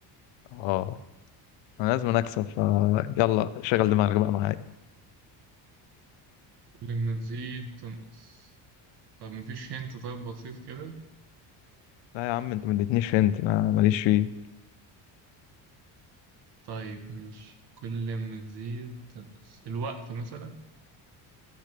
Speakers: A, on the left; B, on the right.
A: اه أنا لازم أكسب ف يلا شغل دماغك بقى معايا
B: كل ما تزيد تنقص طب مفيش هنت طيب بسيط كده
A: لا يا عم أنت ما اديتنيش انت أنا ماليش فيه
B: طيب ماشي كل ما تزيد تنقص الوقت مثلا